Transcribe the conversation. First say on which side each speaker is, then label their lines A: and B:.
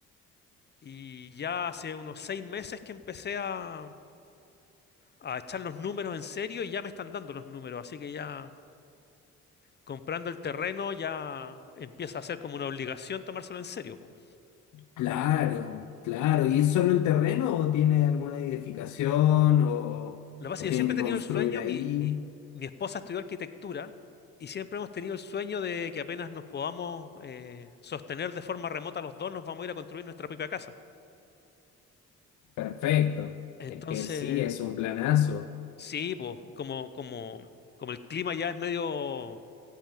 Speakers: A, on the left; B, on the left.
A: y ya hace unos seis meses que empecé a a echar los números en serio y ya me están dando los números, así que ya comprando el terreno ya empieza a ser como una obligación tomárselo en serio. po.
B: Claro, claro. ¿Y es solo el terreno o tiene alguna edificación o,
A: Lo que pasa es
B: o
A: que
B: tienen
A: yo siempre
B: que
A: he tenido
B: construir
A: el sueño,
B: ahí?
A: mi, mi, mi esposa estudió arquitectura y siempre hemos tenido el sueño de que apenas nos podamos eh, sostener de forma remota los dos, nos vamos a ir a construir nuestra propia casa.
B: Perfecto.
A: Entonces,
B: Es que sí, es un planazo.
A: sí, po, como, como, como el clima ya es medio